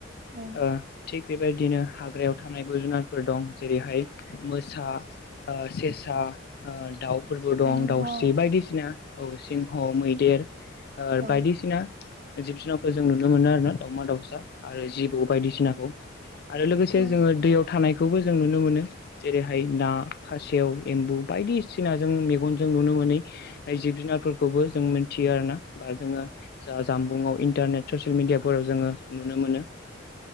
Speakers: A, on the right; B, on the left.
A: औ
B: ओ थिग बेबायदिनो हाग्रायाव थानायबो जुनारफोर दं जेरैहाय मोसा ओ सेसा ओ दाउ फोरबो दं
A: सिंह
B: दाउस्रि
A: औ
B: बायदिसिना औ सिंह मैदेर ओ
A: औ
B: बायदिसिना जिब जुनारखौ जों नुनो मोनो आरोना दाावमा दाउसा आरो जिबौ बायदिसिनाखौ आरो लोगोसे
A: औ
B: जोङो दैयाव थानाय खौबो जों नुनो मोनो जेरैहाय ना खासेव एम्बु बायदिसिनाजों मेगनजों नुनो मोनै जिब जुनारफोरखौबो जों मिथियो आरो ना बा जोङो जा जामबुंआव इन्टारनेट ससियेल मिडियाफोराव जोङो नुनो मोनो।